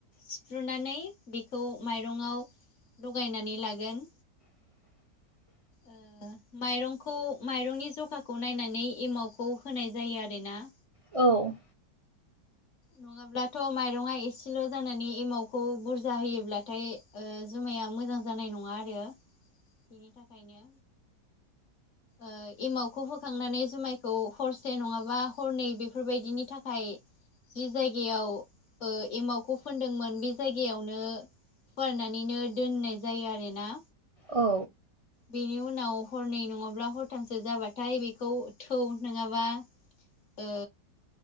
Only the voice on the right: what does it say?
<inaudible>
औ
औ